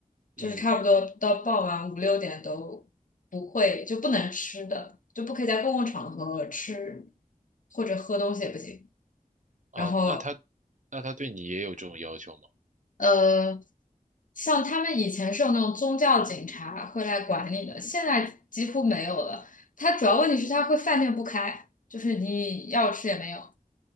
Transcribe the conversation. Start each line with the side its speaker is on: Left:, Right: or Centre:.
Left: 就是差不多到傍晚五六点都不会就不能吃的，
Right: 嗯
Left: 就不可以在公共场合吃或者喝东西也不行。
Right: 啊，
Left: 然后
Right: 那他那他对你也有这种要求吗？
Left: 呃，像他们以前是有那种宗教警察会来管理的，现在几乎没有了。它主要问题是它会饭店不开，就是你要吃也没有。